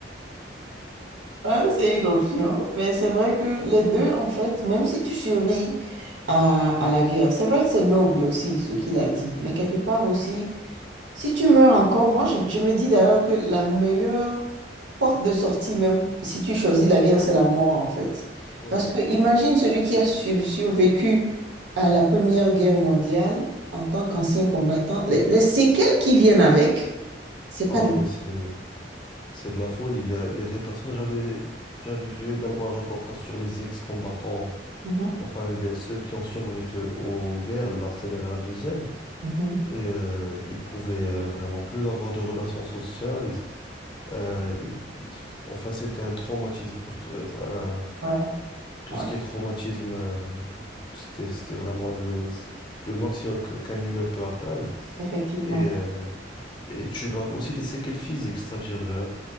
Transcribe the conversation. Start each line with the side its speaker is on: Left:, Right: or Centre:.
Right: Ouais, c'est une option, mais c'est vrai que les deux, en fait, même si tu survis à, à la guerre, c'est vrai que c'est noble aussi ce qu'il a dit, mais quelque part aussi, Si tu meurs encore, moi je, je me dis d'ailleurs que la meilleure porte de sortie, même si tu choisis la guerre, c'est la mort en fait.
Left: Ouais.
Right: Parce que imagine celui qui a su- survécu à la Première Guerre mondiale en tant qu'ancien combattant, les, les séquelles qui viennent avec, c'est
Left: Ah
Right: pas... des-
Left: oui, c'est, c'est de la folie. Il y a, il y a des personnes, j'avais, j'avais vu également un reportage sur les ex-combattants,
Right: Mhm,
Left: enfin les- ceux qui ont survécu aux guerres, la première et la deuxième.
Right: mhm.
Left: et euh, il pouvait euh, vraiment plus avoir de relations sociales. Euh, il- il- enfin, c'était un traumatisme. post- euh, un-
Right: Ouais,
Left: tout
Right: ouais,
Left: ce qui est traumatisme, euh, c'était, c'était vraiment le, le maximum que- qu'un humain peut atteindre.
Right: effectivement.
Left: Et, euh, et tu gardes aussi des séquelles physiques, c'est-à-dire euh,